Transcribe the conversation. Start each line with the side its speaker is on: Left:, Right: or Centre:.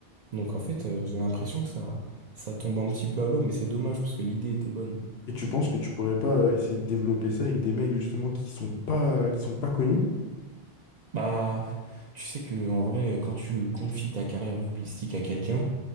Right: Donc en fait, euh, j'ai l'impression que ça, ça tombe un petit peu à l'eau, mais c'est dommage parce que l'idée était bonne.
Left: Et tu penses que tu pourrais pas euh, essayer de développer ça avec des mecs justement qui sont pas, euh, qui sont pas connus?
Right: Bah, tu sais que en vrai, quand tu confies ta carrière rugbystique à quelqu'un,